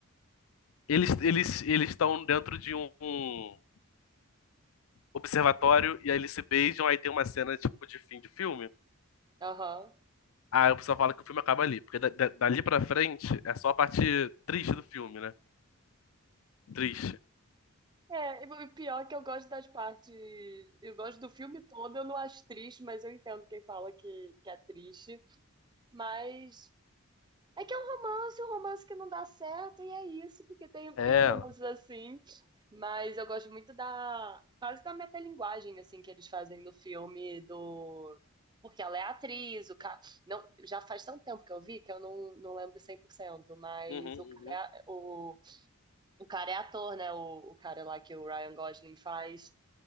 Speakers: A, on the left; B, on the right.
A: Eles eles eles estão dentro de um, um observatório e aí eles se beijam, aí tem uma cena tipo de fim de filme.
B: aham.
A: Aí o pessoal fala que o filme acaba ali, porque da, da- dali pra frente é só a parte triste do filme, né? Triste.
B: É, e o pior é que eu gosto das partes, eu gosto do filme todo, eu não acho triste, mas eu entendo quem fala que, que é triste, mas É que é um romance, um romance que não dá certo, e é isso, porque tem,
A: É.
B: tem uns romances
A: Uhum,
B: assim. Mas eu gosto muito da, quase da metalinguagem, assim, que eles fazem no filme do... Porque ela é atriz, o cara... Não, já faz tanto tempo que eu vi que eu não, não lembro 100%. mas
A: uhum,
B: o cara é, o, o cara é ator, né? O, o cara lá que o Ryan Gosling faz.